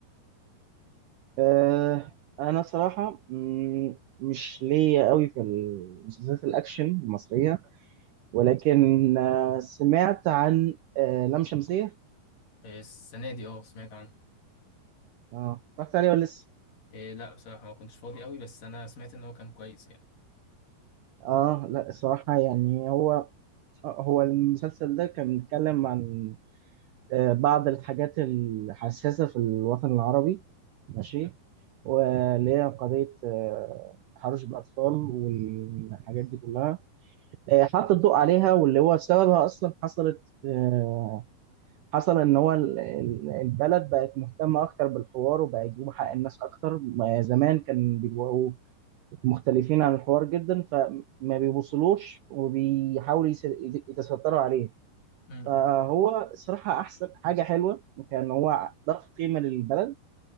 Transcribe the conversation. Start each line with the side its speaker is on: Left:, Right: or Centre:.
Right: آه انا صراحة مم، مش ليا قوي في المسلسلات الاكشن المصرية ولكن آه سمعت عن آه لام شمسية
Left: السنة دي اه سمعت عنه
Right: اه اتفرجت عليه ولا لسه
Left: إيه لا بصراحة ما كنتش فاضي قوي بس أنا سمعت إن هو كان كويس يعني
Right: اه لا الصراحة يعني هو آه، هو المسلسل ده كان بيتكلم عن آه، بعض الحاجات الحساسة في الوطن العربي ماشي واللي هي قضية آه، تحرش بالأطفال والحاجات دي كلها آه، حط الضوء عليها واللي هو سببها أصلا حصلت آه، حصل إن هو ال- ال- البلد بقت مهتمة أكتر بالحوار وبقى يجيبوا حق الناس أكتر ما زمان كان بيبقوا مختلفين عن الحوار جدا فما بيبوصلوش وبيحاولوا يس- يتستروا عليه
Left: م- م.
Right: فهو صراحة أحسن حاجة حلوة كان هو ضاف قيمة للبلد